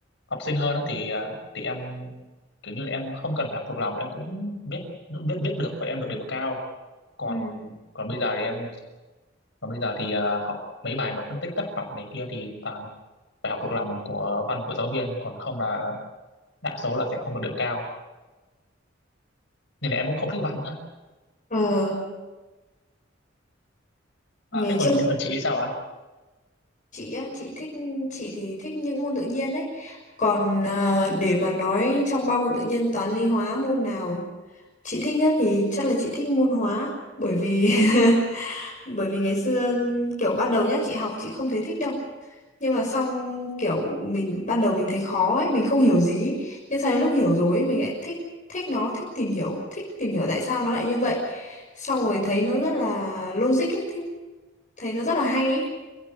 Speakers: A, on the left; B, on the left.
A: học sinh hơn đó thì à, thì em kiểu như là em không cần phải học thuộc lòng em cũng biết biết biết được và em được điểm cao còn
B: Ừ.
A: còn bây giờ thì em còn bây giờ thì ờ, học mấy bài mà phân tích tác phẩm này kia thì toàn phải học thuộc lòng của văn của giáo viên, còn không là đa số là sẽ không được điểm cao. Nên là em cũng không thích văn nữa.
B: Ờ, ngày
A: À, thế
B: trước
A: còn thế còn chị thì sao ạ?
B: chị á, chị thích chị thì thích những môn tự nhiên đấy. Còn ờ, để mà nói trong ba môn tự nhiên toán lý hóa môn nào chị thích nhất thì chắc là chị thích môn hóa bởi vì <laughs> bởi vì ngày xưa kiểu ban đầu nhá chị học chị không thấy thích đâu nhưng mà xong kiểu mình ban đầu mình thấy khó ấy mình không hiểu gì ấy. nhưng sau đến lúc hiểu rồi ấy, mình lại thích thích nó thích tìm hiểu thích tìm hiểu tại sao nó lại như vậy xong rồi thấy nó rất là logic ấy thấy, thấy nó rất là hay ấy